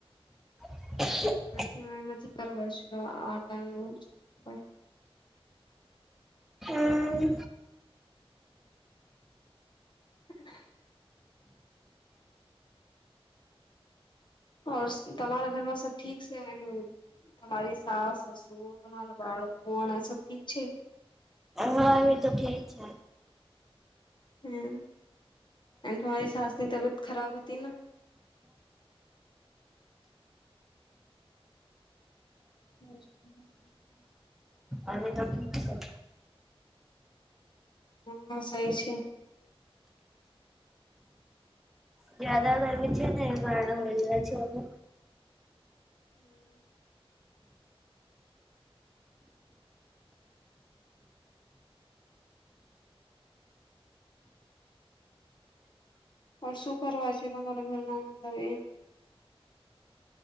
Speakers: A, in the centre; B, on the left.
A: <unintelligible>
B: હવે નથી કરવા છે આ ટાઇમે સાફ સફાઈ.
A: હમ
B: <unintelligible> ઓર તમારા ઘરમાં સબ ઠીક સે એમ તમારી સાસ, સસુર તમારા બાળકો અણે સબ ઠીક છે.
A: અમારી તો ઠીક છે.
B: હમ્મ. એન્ડ તમારી સાસની તબિયત ખરાબ હતી ન. <inaudible>
A: હવે તો ઠીક સે.
B: હા સહી છે.
A: જ્યાદા ગરમી છે ને એ કારણે હોય ગયા છે હવે.
B: હમ્મ. પણ શું કરવા છે તમારા ઘરમાં મતલબ એમ